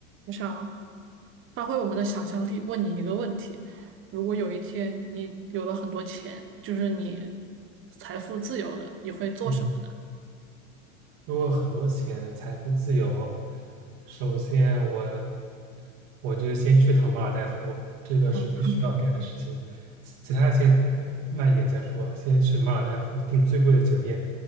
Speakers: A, on the right; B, on the right.
A: 我想发挥我们的想象力，问你一个问题：如果有一天你有了很多钱，就是你财富自由了，你会做什么呢？
B: 嗯，如果有很多钱，财富自由，首先我我就先去趟马尔代夫，这个是必须要干的事情。
A: 嗯
B: 其他的先呃慢一点再说，先去马尔代夫订最贵的酒店，